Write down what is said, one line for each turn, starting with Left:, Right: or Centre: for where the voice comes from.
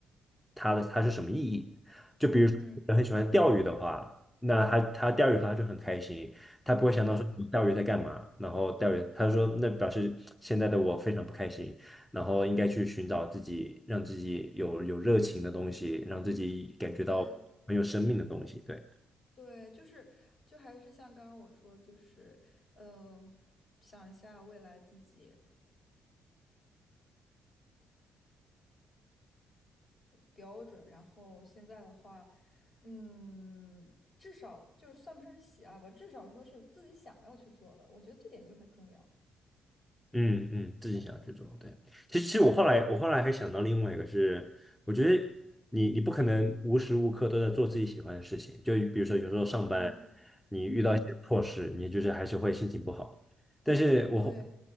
Centre: 它的它是什么意义。就比如说，
Left: 嗯，
Centre: 人很喜欢钓鱼的话，那他他钓鱼的时候他就很开心，他不会想到说我钓鱼在干嘛，
Left: 对
Centre: 然后钓鱼，他就说那表示现在的我非常不开心。然后应该去寻找自己，让自己有有热情的东西，让自己感觉到很有生命的东西。
Left: 对
Centre: 对。
Left: 对，就是就还是像刚刚我说的，就是呃，想一下未来自己。”标准。然后现在的话，嗯，至少就是算不上是喜爱吧，至少说是自己想要去做的，我觉得这点就很重要。
Centre: 嗯嗯，自己想要去做，对。其实，其实我后来，我后来还想到另外一个是，我觉得你你不可能无时无刻都在做自己喜欢的事情，就比如说有时候上班，
Left: 嗯
Centre: 你遇到一些破事，
Left: 嗯，
Centre: 你就是还是会心情不好。但是我后，
Left: 对